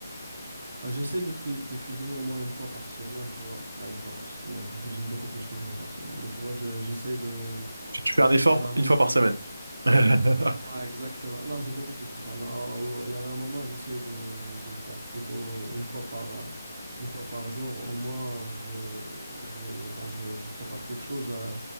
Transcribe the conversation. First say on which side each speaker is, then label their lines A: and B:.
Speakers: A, on the right; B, on the right.
A: bah, j'essaie de, cui- de cuisiner au moins une fois par semaine, tu vois. Pas une fois par semaine, je cuisine beaucoup plus qu'une fois par semaine. Mais tu vois, je- j'essaie de.
B: Tu tu fais un effort
A: Il y avait un moment.
B: une fois par
A: je-
B: semaine. <laughs>
A: Ouais, exactement. Non, c'est beaucoup plus que ça. Non, euh, il y avait un moment, j'essayais de, de faire plutôt une fois par, euh, une fois par jour. Au moins, je, je, ben, je, je prépare quelque chose euh,